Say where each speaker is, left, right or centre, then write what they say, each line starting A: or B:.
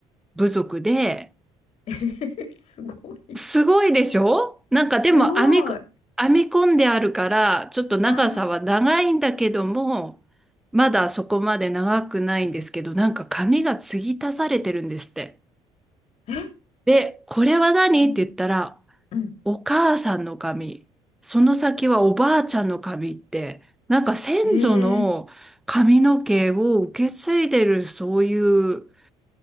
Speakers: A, in the centre; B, on the left.
A: 部族で、
B: <laughs> すごい。
A: すごいでしょなんかでも編みこ、
B: すごい。あ
A: 編み込んであるから、ちょっと長さは長いんだけども、
B: あ。
A: まだそこまで長くないんですけど、なんか髪が継ぎ足されてるんですって。
B: え
A: で、これは何って言ったら、
B: うん、うん。
A: お母さんの髪、その先はおばあちゃんの髪って、なんか先祖の髪の毛を受け継いでるそういう
B: ええ